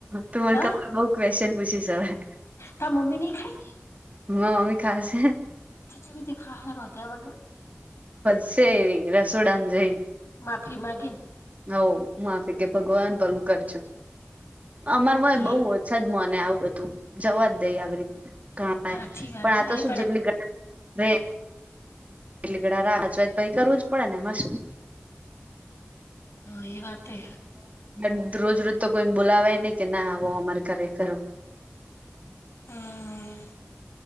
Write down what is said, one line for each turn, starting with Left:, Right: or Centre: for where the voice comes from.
Right: તમે
Left: હા
Right: બઉ ક્વેશ્ચન પૂછો છો હે
Left: તા મમ્મીની ખાય.
Right: હા મમ્મી ખશે.
Left: ખીચડી તે ખાહે રાધેયા વગર.
Right: હશે એરી રસોડા ને જઈ.
Left: માફી માગીન
Right: હવ માફી કે ભગવાન ભલું કરજો. અમારમાંય
Left: એ
Right: બહુ ઓછ જમાં અને આવું બધું જવા જ દઈ આવી રીત ને ઘણા
Left: હાચી
Right: <unintelligible>
Left: વાત
Right: પણ આતો
Left: અલી
Right: શું જેટલી ઘટના રે એટલી ઘડા રાજવાજ ભાઈ કરવું જ પડે નેમાં શું.
Left: હા એ વાતે
Right: તો રોજ રોજ તો કોઈને બોલાવાય નહી કે ના આવો અમારે ઘરે કરો.
Left: હમ્મ